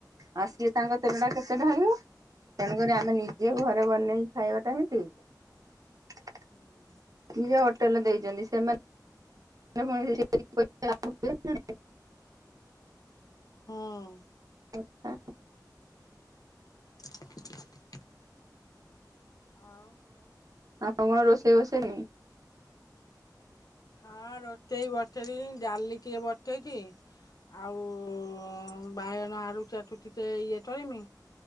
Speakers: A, on the right; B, on the left.
A: ଆଉ ସିଏ ତାଙ୍କ ତେଲଟା କେତେ ଢାଳିବେ? ତେଣୁକରି ଆମେ ନେ, ନିଜେ
B: ସେଇଆ।
A: ଘରେ ବନେଇକି ଖାଇବା ଟା ହିଁ ଠିକ୍।
B: ହୁଁ।
A: ଇଏ ହୋଟେଲେ ଦେଇଛନ୍ତି। ସେମାନେ <inaudible>
B: ଉଁ।
A: ତତ୍କା ଉ
B: <unintelligible> ଆଉ,
A: ଆପଣ କଣ ରୋଷେଇ ବସେଇଲେଣି?
B: ହଁ, ରୋଟେଇ ବଟେଇ ଦେଇଚନି, ଡାଲି ଟିଏ ବଟେଇଚିଁ । ଆଉ-ଉଁ ବାଇଗଣ ଆଳୁ ଚାଟୁ ଚି ଚେ ଇଏ ଟଳିମି।